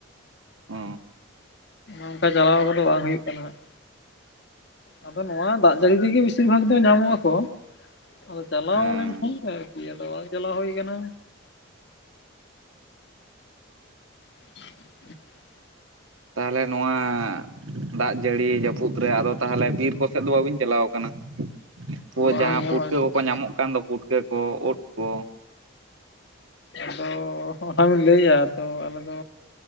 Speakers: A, on the right; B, on the left.
A: ᱚ
B: ᱚᱱᱠᱟ ᱪᱟᱞᱟᱣ ᱠᱚᱫᱚ ᱵᱟᱝ ᱦᱩᱭᱩᱜ ᱠᱟᱱᱟ ᱦᱟᱸᱜ᱾ ᱟᱫᱚ ᱱᱚᱣᱟ ᱫᱟᱜ ᱡᱟᱹᱲᱤ ᱨᱮᱜᱮ ᱵᱮᱥᱤᱨ ᱵᱷᱟᱜᱽ ᱫᱚ ᱧᱟᱢᱚᱜ-ᱟ ᱠᱚ᱾ ᱟᱫᱚ ᱪᱟᱞᱟᱣ
A: ᱦᱮᱸ
B: ᱞᱮᱱᱠᱷᱟᱱ ᱜᱮ ᱟᱨᱠᱤ ᱟᱫᱚ ᱵᱟᱝ ᱪᱟᱞᱟᱣ ᱦᱩᱭ ᱟᱠᱟᱱᱟ᱾ <inaudible>
A: ᱛᱟᱦᱞᱮ ᱱᱚᱣᱟ ᱫᱟᱜ ᱡᱟᱹᱲᱤ ᱡᱟᱹᱯᱩᱫ ᱨᱮ ᱟᱫᱚ ᱛᱟᱦᱞᱮ ᱵᱤᱨ ᱠᱚ ᱥᱮᱫ ᱫᱚ ᱵᱟᱹᱵᱤᱱ ᱪᱟᱞᱟᱣ ᱠᱟᱱᱟ? ᱦᱳᱭ
B: ᱵᱟᱝ
A: ᱡᱟᱦᱟᱸ
B: ᱜᱮ
A: ᱯᱩᱴᱠᱟᱹ
B: ᱵᱟᱝ ᱜᱮ,
A: ᱠᱚ ᱠᱚ ᱧᱟᱢᱚᱜ ᱠᱟᱱ ᱫᱚ ᱯᱩᱴᱠᱟᱹ ᱠᱚ, ᱳᱫ ᱠᱚ᱾
B: ᱟᱫᱚ ᱚᱱᱟ ᱵᱤᱱ ᱞᱟᱹᱭᱟ ᱛᱚ ᱟᱞᱮ ᱫᱚ